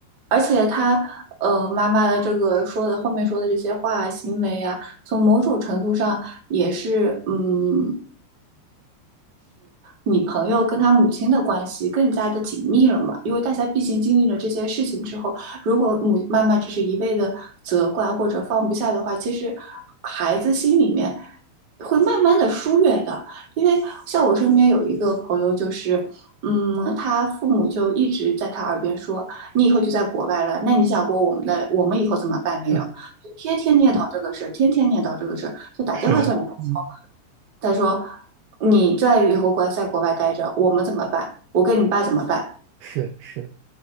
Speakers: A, on the right (about 30°); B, on the right (about 80°).
A: 而且他呃妈妈的这个说的后面说的这些话、行为啊，从某种程度上也是嗯你朋友跟他母亲的关系更加的紧密了嘛？因为大家毕竟经历了这些事情之后，如果母妈妈只是一味的责怪或者放不下的话，其实孩子心里面会慢慢的疏远的。因为像我身边有一个朋友，就是嗯，他父母就一直在他耳边说：“你以后就在国外了，那你想过我们的我们以后怎么办没有？”
B: <laughs>
A: 天天念叨这个事儿，天天念叨这个事儿，就打电话叫你，
B: 是的，
A: 来说，
B: 嗯，
A: 他说你在以后国在国外待着，我们怎么办？我跟你爸怎么办？
B: 是是，